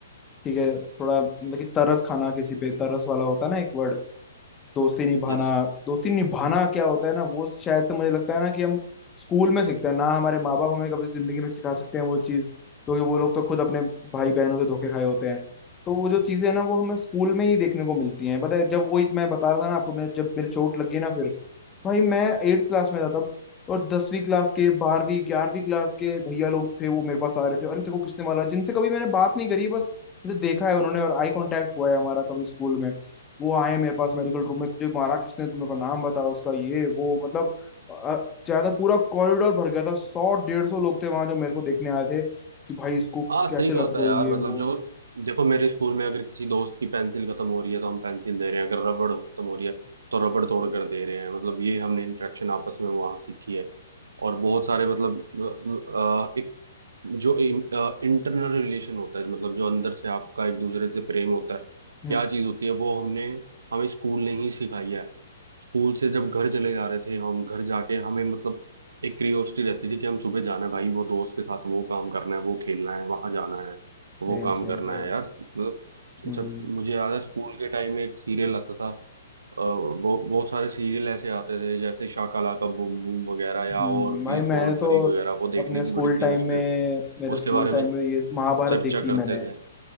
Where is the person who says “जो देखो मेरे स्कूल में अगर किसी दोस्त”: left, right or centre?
Right